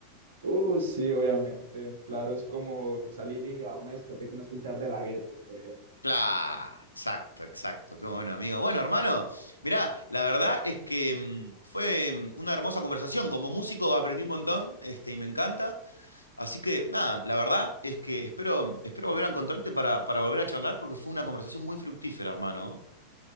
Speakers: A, on the right; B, on the left.
A: uh, sí, obviamente. Claro, es como salir y a una discoteca y no escuchar De La Ghetto, por ejemplo.
B: Claro, exacto, exacto. Qué bueno, amigo. Bueno, hermano, mirá, la verdad es que mm, fue mm, una hermosa conversación. Como músico aprendí un montón, este, y me encanta. Así que, nada, la verdad es que espero, espero volver a encontrarte para, para volver a charlar porque fue una conversación muy fructífera, hermano.